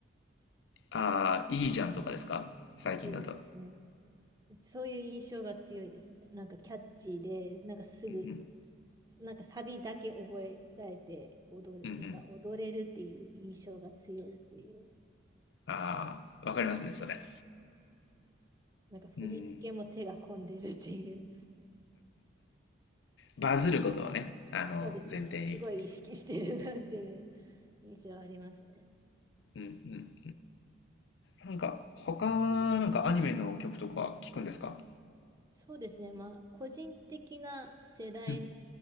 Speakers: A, on the left; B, on the right.
A: あー、いいじゃんとかですか最近だと。
B: そうですね。そういう印象が強いですね。なんかキャッチーで、なんかすぐ、
A: うん
B: なんかサビだけ覚えられて踊れ、
A: うん。うんうん。
B: なんか踊れるっていう印象が強いっていう。
A: ああ、わかりますね、それ。
B: なんか振り付けも手が込んでるっていう。
A: うん。バズることをね、あの、
B: そうですね。
A: 前提に。
B: すごい意識してるなっていう印象ありますね。
A: うんうん。なんか、他は、なんかアニメの曲とか聞くんですか
B: そうですね。まあ、個人的な世代の
A: うん